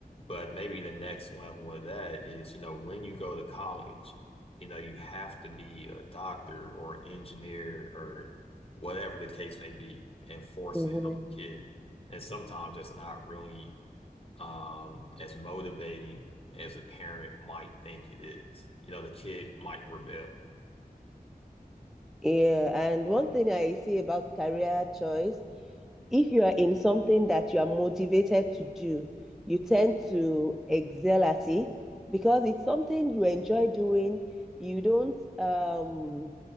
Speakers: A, on the left; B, in the centre.
A: But maybe the next level of that is, you know, when you go to college you know, you have to be a doctor or an engineer or whatever the case may be, and forcing
B: mm-hmm.
A: it on the kid. And sometimes it's not really um, as motivating as a parent might think it is. You know, the kid might rebel.
B: yeah and one thing i see about career choice if you are in something that you are motivated to do, you tend to excel at it because it's something you enjoy doing. You don't um,